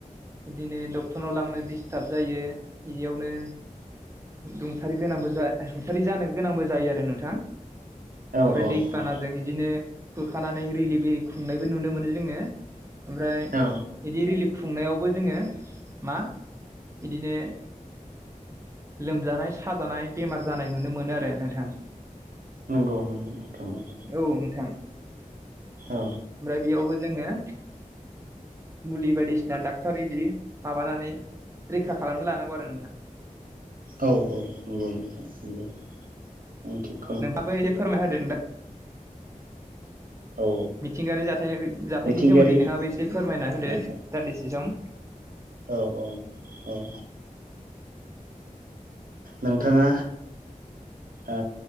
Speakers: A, on the right; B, on the right.
A: बिदिनो डक्टरनाव लांनो डिस्टार्ब जायो बेयावनो रुंसारि गोनांबो रुंसारि जानो गोनांबो जायो आरो नोंथां।
B: औ
A: ओमफ्राय दैबानाजों
B: औ
A: इदिनो खुरखानानै रिलि बिरि खुंनायबो नुनो मोनो जोङो। ओमफ्राय
B: औ
A: बिदि रिलिफ खुंनायावबो जोङो मा बिदिनो लोमजानाय साजानाय बेमार जानाय नुनो मोनो आरो नोंथां।
B: नंगौ नंगौ नोंथां नंगौ।
A: औ नोंथां।
B: औ।
A: ओमफ्राय बेयावबो जोङो मुलि बायदिसिना डाक्टर इदि माबानानै रैखा खालामनो लानांगौ आरो नोंथाङा।
B: औ औ नंगौ नोंथां नंगौ <unintelligible>
A: नोंहाबो एसे फोरमाय होदो दां।
B: औ
A: मिथिंगायारि जाथाय जाथायनि
B: मिथिंगायारि
A: सोमोन्दै नोंहाबो एसे फोरमायना होदो
B: जाथाय
A: दान्दिसे सम।
B: औ औ औ ओ नोंथाङा ओ